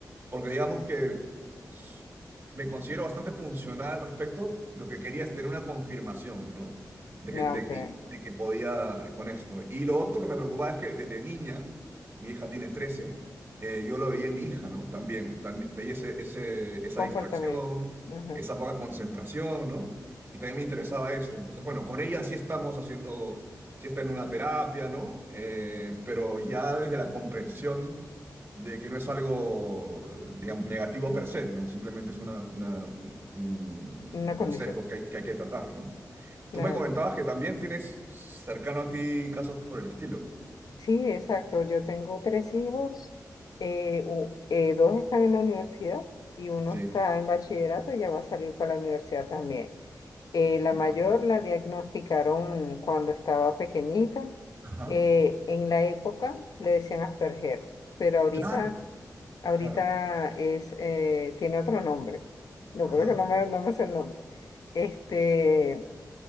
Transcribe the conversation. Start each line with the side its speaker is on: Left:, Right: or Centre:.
Right: porque digamos que s- me considero bastante funcional al respecto. Lo que quería es tener una confirmación, ¿no? De que,
Left: ah,
Right: de,
Left: ok.
Right: y- de que podía con esto. Y lo otro que me preocupaba es que desde niña, mi hija tiene 13 eh, yo lo veía en mi hija, ¿no? También, también veía ese, ese- esa
Left: Comportamiento.
Right: distracción,
Left: Ajá,
Right: esa poca concentración, ¿no? Y también me interesaba eso. Entonces, bueno, con ella sí estamos haciendo, sí está en una terapia, ¿no? Eh, pero ya desde la comprensión de que no es algo, digamos, negativo per se, ¿no? Simplemente es una, una- un,
Left: una
Right: un- un
Left: condición.
Right: sesgo que hay, que hay que tratar, ¿no?
Left: Claro.
Right: Tú me comentabas que también tienes cercano a ti casos por el estilo.
Left: Sí, exacto. Yo tengo tres hijos. eh, u- eh, dos están en la universidad y uno
Right: Sí.
Left: está en bachillerato y ya va a salir para la universidad también. Eh, la mayor
Right: Ok.
Left: la diagnosticaron cuando estaba pequeñita.
Right: Ajá.
Left: Eh, en la época le decían Asperger, pero ahorita,
Right: Claro,
Left: ahorita
Right: claro.
Left: es, eh, tiene otro nombre. No,
Right: Ajá.
Left: creo que no me, no me sé el nombre. Este,